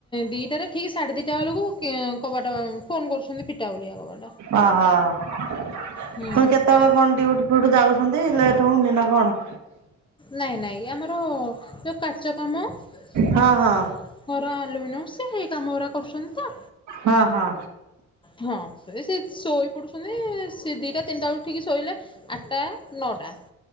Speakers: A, on the left; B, on the right.
A: ଦିଇଟାରେ ଠିକ ସାଢ଼େ ଦିଇଟା ବେଳକୁ କବାଟ ଫୋନ କରୁଛନ୍ତି ଫିଟା ବୋଲିକା କବାଟ।
B: ଓ ହ। ପୁଣି
A: ହୁଁ
B: କେତେବେଳେ କଣ ଡ୍ୟୁଟି ଫୁଟି ଯାଉଛନ୍ତି ଲେଟ ହଉନି ନା କଣ?
A: ନାଇଁ ନାଇଁ ଆମର ଯୋଉ କାଚ କାମ ଘର
B: ହଁ ହଁ
A: ଆଲୁମିନିୟମ ସ ହେଇ କାମ ଗୁଡା କରୁଛନ୍ତି ତ।
B: ହଁ ହଁ।
A: ହଁ ସେ ସେ ଶୋଇ ପଡୁଛନ୍ତି ସେ ଦିଟା ତିନିଟା ବେଳକୁ ଠିକ୍ ଶୋଇଲେ ଆଠଟା ନଅଟା